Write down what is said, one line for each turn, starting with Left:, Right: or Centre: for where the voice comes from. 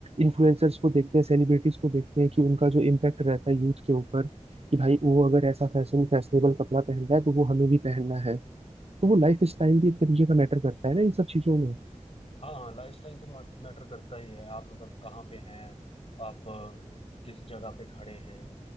Right: इन्फ्लुएंसर्स को देखते हैं सेलिब्रिटीज को देखते हैं कि उनका जो इम्पैक्ट रहता है यूथ के ऊपर कि भाई वो अगर ऐसा फैशन फैशनेबल कपड़ा पहन रहा है तो वो हमें भी पहनना है तो वो लाइफ स्टाइल भी एक तरीके का मैटर करता है ना इन सब चीजों में
Left: हाँ हाँ लाइफस्टाइल तो मैटर करता ही है आप मतलब कहाँ पे हैं आप अ, किस जगह पे खड़े हैं